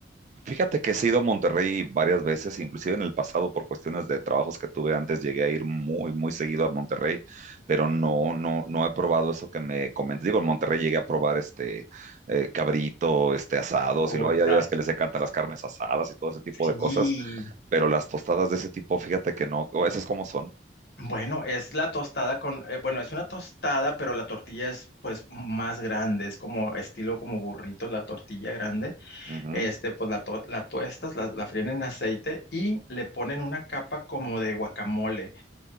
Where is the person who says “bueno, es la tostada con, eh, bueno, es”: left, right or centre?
Left